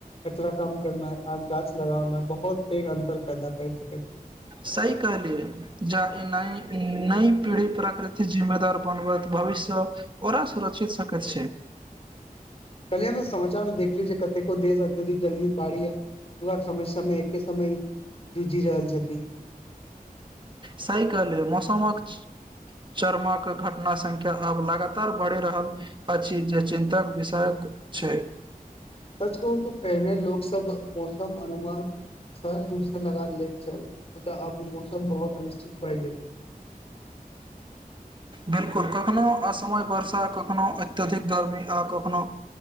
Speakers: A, on the left (about 40°); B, on the right (about 30°).
A: कचरा काम करना है। आ गाछ लगाना बहुत पेघ अंतर पैदा करि सकैत
B: सही कहलिए, जा ई नई पीढ़ी प्राकृति जिम्मेदार बनबैत भविष्य ओरा सुरक्षित सकैत छै।
A: कलि अमे समाचार मे देखलि जे कतेको देश अत्यधिक गर्मी पारैये -क समय- समय एके समय जूझि रहल छथि।
B: साहीकले, मौसमक चरमक घटना सङ्ख्या आब लगातार बढ़ि रहल अछि, जे चिन्तक विषय छै।
A: सच कहू तऽ, पहिने लोको सब मौसम अनुमान सहज रूप से लगा लैत छलल, मुदा अब मौसम बहुत अनिश्चित भए गेलै।
B: 'बिलकुल' कखनो असमय वर्षा कखनो अत्यधिक गर्मी आ, कखनो